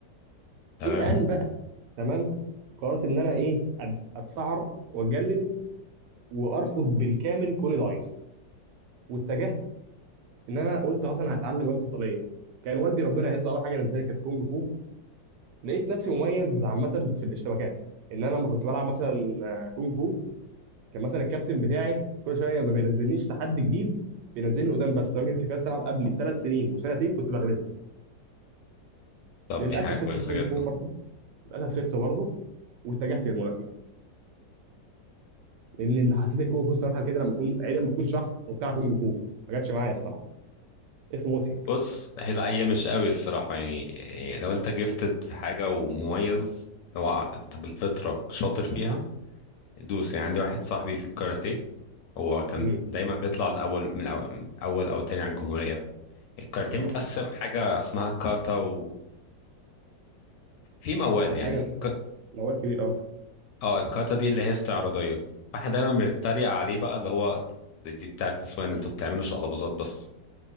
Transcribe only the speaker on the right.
الى ان بقى تمام قررت ان انا ايه أت- اتسعر واتجنن وارفض بالكامل كوني ضعيف واتجهت ان انا قلت خلاص انا هتعلم رياضه قتاليه كان والدي ربنا يعزه اول حاجه نزلها كانت كونج فو لقيت نفسي مميز عامه في الاشتباكات ان انا لما كنت بلعب مثلا آه، كونج فو كان مثلا الكابتن بتاعي كل شويه ما بينزلنيش لحد جديد بينزلني قدام بس الراجل اللي كان بيلعب قبلي بثلاث سنين وسنتين كنت بغلبهم
للاسف
سبت الكونج
فو برضه- للاسف سبته برضه واتجهت للملاكمه لان اللي حسيت الكونغ فو الصراحه كده لما اكون عيب لما اكون شحط وبتاع كونغ فو ما جاتش معايا الصراحه اسمه مضحك
مهم.
ما شاء
الله
أتعب حاجه
آه. موال كبير اه